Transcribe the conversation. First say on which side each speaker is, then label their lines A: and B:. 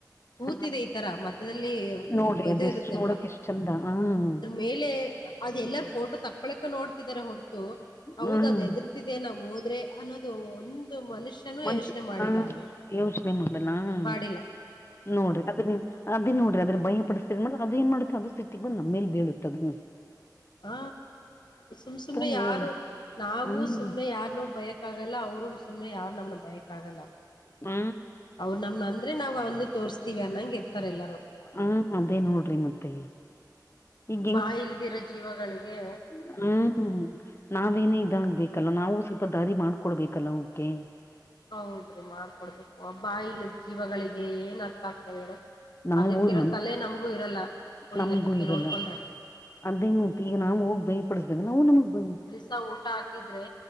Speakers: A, on the left (about 80°); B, on the left (about 35°).
A: ಊತಿದೆ
B: ಹಾ
A: ಈ ತರ ಮಧ್ಯದಲ್ಲಿ
B: ನೋಡ್ರಿ
A: ಒಯ್ದ
B: ಅದೆಷ್ಟು
A: ಇರುತ್ತಲ್ವಾ.
B: ನೋಡಕ್ ಎಷ್ಟ್ ಚಂದ ಹ್ಮ
A: ಮೇಲೆ ಅದ ಎಲ್ಲಾರ ಫೋಟೋ ತಕ್ಕಕೊಳ ನೋಡ್ತಿದ್ದಾರೆ ಹೊರತು ಹೌದ
B: ಹ್ಮ್
A: ಅದ ಎದ್ರ ದಿದೆ ನಾವ ಹೋದ್ರೆ ಅನ್ನೋದು ಒ ದು ಮನುಷ್ಯನು
B: ಮನ್ಷ
A: ಯೋಚನೆ ಮಾಡಿಲ್ಲ
B: ಹ
A: ಅಲ್ಲಿ
B: ಯೋಚನೆ ಮಾಡಲ್ಲ ಹಾ
A: ಮಾಡಿಲ್ಲ.
B: ನೋಡ್ರಿ ಅದು ನೀ ಅದ ನೋಡ್ರಿ ಅದ್ರ ಭಯ ಪಡಿಸತೀರಿಂದ್ರ ಅದ ಏನ್ ಮಾಡುತ್ತೆ ಅದು ಸಸಿಟ್ಟಿ ಬಂದ ನಮ್ಮೇಲೆ ಬೀಳತ ಅ
A: ಹ ಸುಮ್ ಸುಮ್ನೆ ಯಾರು
B: ನೀವು
A: ನಾವೂ
B: ಹ್ಮ್
A: ಸುಮ್ನೆ ಯಾರನು ಬಯಕ್ ಕಾಗಲ್ಲ ಅವರು ಸುಮ್ಮನೆ ಯಾರು ನಮ್ಮ ಭಯಕ್ಕಾಗಲ್ಲ.
B: ಹ್ಮ
A: ಅವ್ರ ನಮ್ ಅಂದ್ರೆ ನಾವ್ ಅಂದ ತೋರ್ಸ್ತಿವಿ ಅನ್ನಂಗಗೆರ್ತಾರೆ ಎಲ್ಲರು.
B: ಹ ಅದೇ ನೋಡ್ರಿ ಮತ್ತೆ ಈಗ
A: ಬಾಯ ಇಲ್ದಿರೋ ಜೀವಗಳಿಗೆ
B: ಹ್ಮ ನಾವೇನೇ ಇದಾಗ್ಬೇಕಲ್ಲ ನಾವು ಸ್ವಲ್ಪ ದಾರಿ ಮಾಡ್ಕೊಡ್ಬೇಕಲ್ಲ ಅವಕೇ
A: ಹೌದ್ರಿ ಮಾಡ್ಕೊಡ್ಬೇಕ ಬಾಯಿ ಇಲ್ಲದ ಜೀವಗಳಿಗೆ ಏನ್ ಅರ್ಥ ಆಗ್ತ ಹೇಳು.
B: ನಾವು
A: ಅದಕ್ಕಿರೋ
B: ಮನ್
A: ತಲೆ ನಮಗೂ ಇರಲ್ಲ ಒಂದ
B: ನಮ್ಗೂ
A: ಲೆಕ್ಕಕ್ಕೆ
B: ಇರಲ್ಲ
A: ನೋಡ್ಕೊಂಡ್ರೆ
B: ಅದೇ ಮತ್ತ ಈಗ ನಾ ಹೋಗಿ ಭಯಪಡಿಸ್ದಾಗ ನಾವು ನಮಗ ಭ
A: ಸ ಊಟ ಹಾಕಿದ್ರೆ